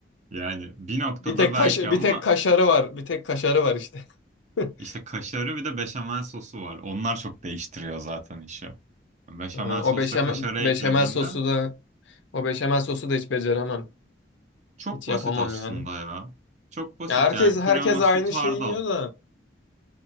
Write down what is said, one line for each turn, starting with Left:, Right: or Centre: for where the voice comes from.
Right: Yani bir noktada
Left: Bir tek
Right: belki
Left: kaş bir
Right: ama
Left: tek kaşarı var. Bir tek kaşarı var işte. <laughs>
Right: İşte kaşarı bir de beşamel sosu var. Onlar çok değiştiriyor zaten işi. Beşamel
Left: Ha,
Right: sos
Left: O beşamel,
Right: ve kaşarı eklediğinde
Left: beşamel sosu da o beşamel sosu da hiç beceremem.
Right: çok
Left: Hiç
Right: basit
Left: yapamam
Right: aslında
Left: yani.
Right: ya. Çok basit
Left: Ya herkes
Right: yani krema,
Left: herkes aynı
Right: süt, hardal.
Left: şeyi diyor da